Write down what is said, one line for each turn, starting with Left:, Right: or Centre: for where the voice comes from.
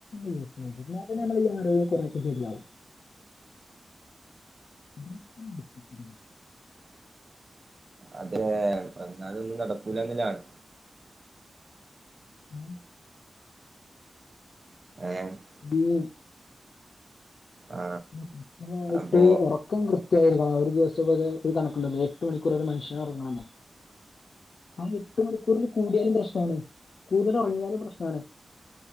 Left: ല്ലാതന്നെ നമ്മളെ ഈ ആരോഗ്യം <unintelligible> ശരിയാവും <unintelligible>
Right: അതെ എന്നാലും ഒന്നും നടക്കൂലന്നിലാണ്
Left: <inaudible>
Right: <unintelligible>
Left: <unintelligible>
Right: ആ
Left: <unintelligible> ആയിട്ട്
Right: അപ്പോ
Left: ഒറ- റക്കം കൃത്യയിരിക്കണം ഒരു ദിവസം ഒരു കണക്കുണ്ടല്ലോ എട്ട് മണിക്കൂർ ഒരു മനുഷ്യനൊറങ്ങണംന്ന് ആ എട്ട് മണിക്കൂറിൽ കൂടിയാലും പ്രശ്നാണ് കൂടുതൽ ഒറങ്ങിയാലും പ്രശ്നാണ്